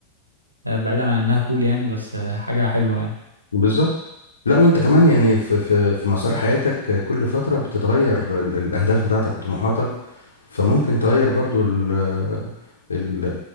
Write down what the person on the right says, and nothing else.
آه، بعيدا عن انها كول يعني بس آه، حاجة حلوة يعني